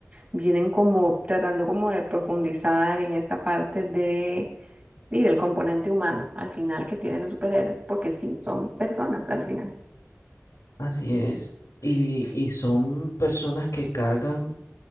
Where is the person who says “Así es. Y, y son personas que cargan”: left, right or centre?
Left